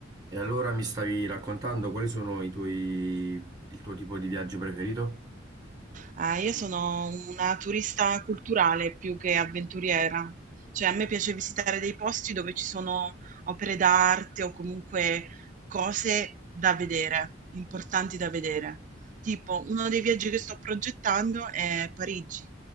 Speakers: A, on the right; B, on the right.
A: E allora mi stavi raccontando quali sono i tuoi, il tuo tipo di viaggio preferito?
B: Ah, io sono una turista culturale più che avventuriera. Cioè, a me piace visitare dei posti dove ci sono opere d'arte o comunque cose da vedere, importanti da vedere. Tipo, uno dei viaggi che sto progettando è Parigi,